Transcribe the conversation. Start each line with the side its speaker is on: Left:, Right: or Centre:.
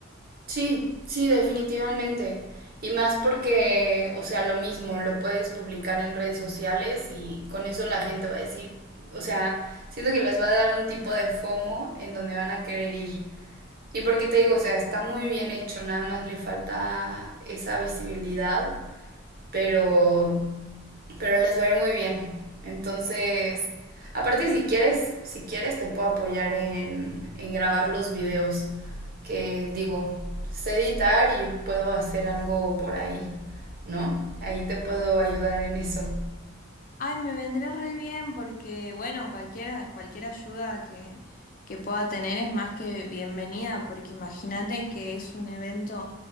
Right: Sí, sí, definitivamente. Y más porque, o sea, lo mismo, lo puedes publicar en redes sociales y con eso la gente va a decir, o sea, siento que les va a dar un tipo de FOMO en donde van a querer ir. Y porque te digo, o sea, está muy bien hecho, nada más le falta esa visibilidad, pero pero les va a ir muy bien. Entonces, aparte si quieres, si quieres te puedo apoyar en, en grabar los videos, que digo, sé editar y puedo hacer algo por ahí, ¿no? Ahí te puedo ayudar en eso.
Left: Ay, me vendría re bien porque, bueno, cualquiera, cualquier ayuda que, que pueda tener es más que bienvenida, porque imagínate que es un evento